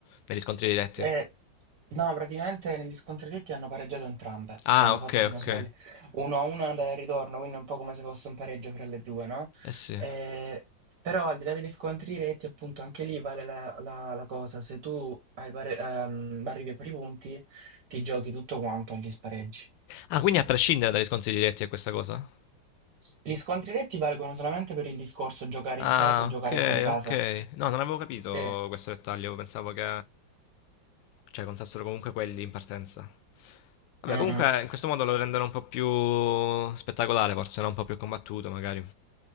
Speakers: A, on the left; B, on the right.
A: negli scontri diretti.
B: Eh, no, praticamente negli scontri diretti hanno pareggiato entrambe,
A: Ah,
B: cioè hanno
A: ok,
B: fatto, se
A: ok.
B: non sbaglio, uno a uno andata e ritorno, quindi è un po' come se fosse un pareggio fra le due, no?
A: Eh sì.
B: Eh, però al di là degli scontri diretti, appunto, anche lì vale la, la- la cosa, se tu hai pare- ehm, arrivi a pari punti, ti giochi tutto quanto agli spareggi.
A: Ah, quindi a prescindere dai riscontri diretti è questa cosa?
B: Gli scontri diretti valgono solamente per il discorso giocare
A: Ah,
B: in casa, giocare
A: ok,
B: fuori casa.
A: ok. No, non avevo capito
B: Sì.
A: questo dettaglio, pensavo che... Cioè, contassero comunque quelli in partenza. Vabbè,
B: Mm,
A: comunque
B: mm.
A: in questo modo lo rendono un po' più spettacolare, forse, no? Un po' più combattuto, magari.